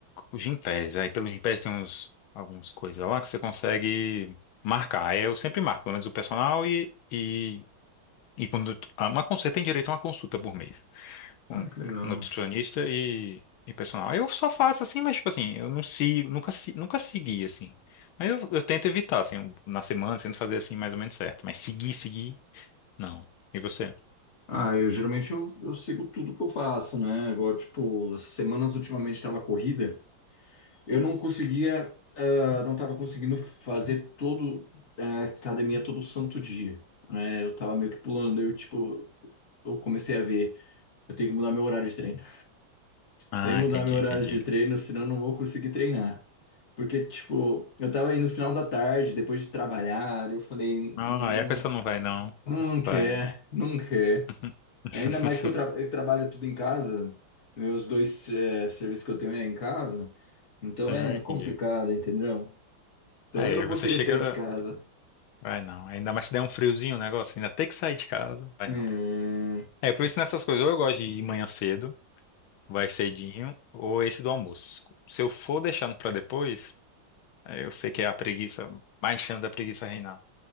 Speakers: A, on the left (about 85°); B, on the left (about 35°).
A: o Gympass. Aí pelo Gympass tem uns, algumas coisas lá que você consegue marcar. Aí eu sempre marco, pelo menos o personal e, e, e quando ah, uma, cons- você tem direito a uma consulta por mês com
B: Ah, que legal.
A: nutricionista e, e personal. Aí eu só faço assim, mas tipo assim, eu não sigo, nunca, se- nunca segui assim. Mas eu, eu tento evitar, assim, um, na semana, tento fazer assim mais ou menos certo. Mas seguir, seguir, não. E você?
B: Ah, eu geralmente eu, eu sigo tudo que eu faço, né? Igual, tipo, semanas ultimamente estava corrida, eu não conseguia, ah, não estava conseguindo fazer todo a academia todo santo dia, né? Eu tava meio que pulando, daí eu, tipo, eu comecei a ver, eu tenho que mudar meu horário de treino.
A: Ah,
B: Tem que mudar
A: entendi,
B: meu horário
A: entendi.
B: de treino, senão eu não vou conseguir treinar. Porque, tipo, eu tava indo no final da tarde, depois de trabalhar, eu falei,
A: Ah,
B: não,
A: aí a pessoa não vai, não.
B: não,
A: Não
B: não quer,
A: Vai. é.
B: não quer.
A: <laughs>
B: Ainda mais que eu, tra- eu trabalho tudo em casa, meus dois eh, serviços que eu tenho é em casa, então
A: Não,
B: é
A: entendi.
B: complicado, entendeu? Então
A: Aí
B: eu não vou
A: você
B: querer
A: chega.
B: sair de casa.
A: Vai não. Ainda mais se der um friozinho o negócio, ainda tem que sair de casa. Vai
B: Hum,
A: não. É, por isso nessas coisas, ou eu gosto de ir manhã cedo, vai cedinho, ou esse do almoço. Se eu for deixando pra depois, aí eu sei que é a preguiça, mais chance da preguiça reinar.